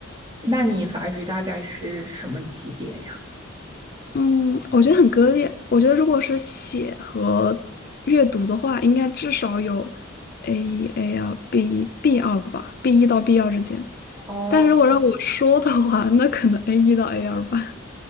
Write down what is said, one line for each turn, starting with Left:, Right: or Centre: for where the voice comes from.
Right: 那你法语大概是什么级别呀？
Left: 嗯，我觉得很割裂。我觉得如果是写和阅读的话，应该至少有 A 一、A 二、B 一、B 二吧，B 一到 B 二之间。
Right: 哦，
Left: 但如果让我说的话，那可能 A 一到 A 二吧。